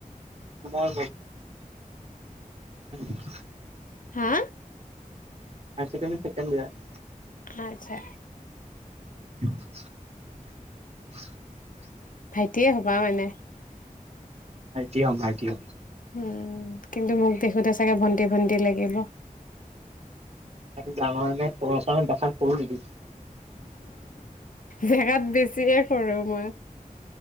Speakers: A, on the right; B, on the left.
A: মই <unintelligible>
B: হা
A: হাই চেকেণ্ডডেৰি চেকেণ্ড ইয়েৰ
B: আচ্ছা
A: <unintelligible> হুমচ
B: ভাইটিয়ে হবা মানে
A: ভাইটি হ ভাইটি হ
B: উম কিন্তু মোক দেখোতে চাগে ভণ্টি ভণ্টি লাগিব
A: ডাঙৰ যে সচা দেখল কৰু নিকি
B: জেগাত বেছিয়ে সৰো মই